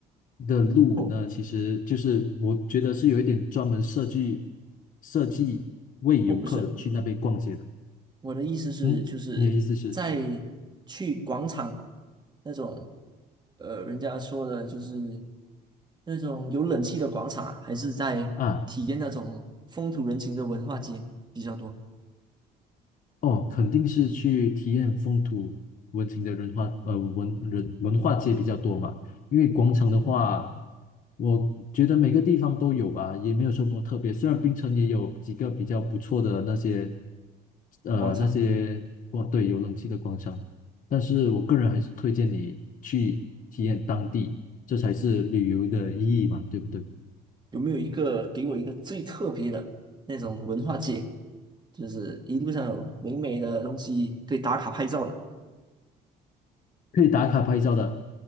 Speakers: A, on the left; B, on the right.
A: 的路呢，
B: 哦
A: 其实就是我觉得是有一点专门设计设计为游客去那边逛街的。
B: 哦，不是。我的意思是，
A: 嗯，
B: 就是在
A: 你的意思是
B: 去广场那种，呃，人家说的就是那种有冷气的广场啊还是在体验那种风土人情的文化街比较多？
A: 啊？哦，肯定是去体验风土文情的文化，呃，文人文化街比较多嘛。因为广场的话，
B: 嗯
A: 我觉得每个地方都有吧，也没有什么特别。虽然槟城也有几个比较不错的那些，
B: 嗯，
A: 呃，
B: 广场
A: 那些广，对，有冷气的广场，但是我个人还是推荐你去体验当地，这才是旅游的意义嘛，对不对？
B: 有没有一个给我一个最特别的那种文化街？就是一路上有美美的东西可以打卡拍照的。
A: 可以打卡拍照的。